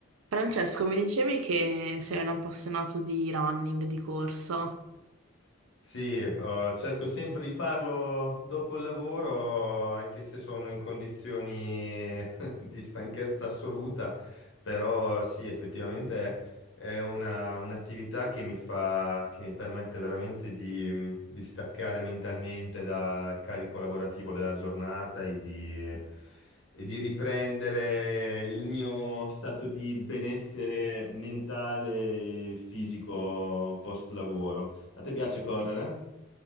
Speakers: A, on the right; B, on the left.
A: Francesco, mi dicevi che sei un appassionato di running, di corsa.
B: Sì, eh, cerco sempre di farlo dopo il lavoro, anche se sono in condizioni <laughs> di stanchezza assoluta, però sì, effettivamente è una un'attività che mi fa che mi permette veramente di mhmm, di staccare mentalmente dal carico lavorativo della giornata e di e di riprendere il mio stato di benessere mentale e fisico post lavoro. A te piace correre?